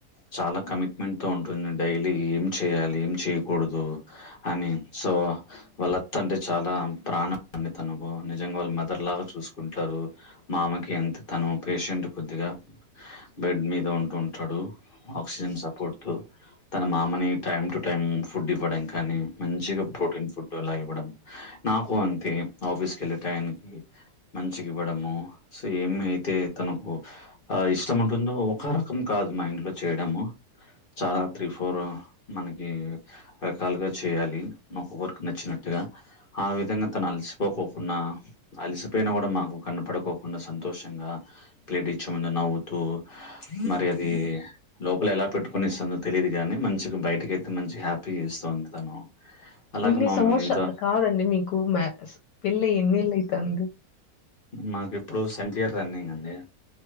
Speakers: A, on the left; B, on the left.
A: చా ల కమిట్మెంట్ తో ఉంటుంది డైలీ ఏం చేయాలి, ఏం చేయకూడదు అని సో వాళ్ళత్త అంటే చాలా ప్రాణం అండి తనకు నిజంగా వాళ్ళు మదర్ లాగా చూసుకుంటరు. మామకి ఎంత తను పేషెంట్ కొద్దిగా బెడ్ మీద ఉంటుంటడు ఆక్సిజన్ సపోర్ట్ తో తన మామని టైమ్ టు టైం ఫుడ్ ఇవ్వడం కానీ, మంచిగా ప్రోటీన్ ఫుడ్ అలా ఇవ్వడం, నాకు అంతే ఆఫీస్కి వెళ్ళే టైంకి మంచిగ ఇవ్వడము సేమ్య అయితే తనకు ఆ ఇష్టం ఉంటుందో ఒక రకం కాదు మా ఇంట్లో చేయడము చాలా త్రీ ఫోర్ మనకి రకాలుగా చేయాలి మాకు వర్క్ నచ్చినట్టుగా ఆ విధంగా తను అలసిపోకోకుండా అలిసిపోయినా కూడ మాకు కనపడుకో కుండ సంతోషంగా ప్లేట్ ఇచ్చే ముందు నవ్వుతూ మరి అది లోపల ఎలా దాపెట్టుకునిస్తుందో తెలియదు గాని, మంచిగ బయటకి అయితే మంచిగ హ్యాపీగా ఇస్తొంది తను. అలాగే
B: ఇన్ని
A: మమ్మల్ని
B: సంవత్సర
A: ఇంత
B: కాదండి మీకు మ పెళ్ళయ్యి ఎన్నేళ్ళైతంది
A: మాకు ఇప్పుడు సెంట్ ఇయర్ రన్నింగ్ అండి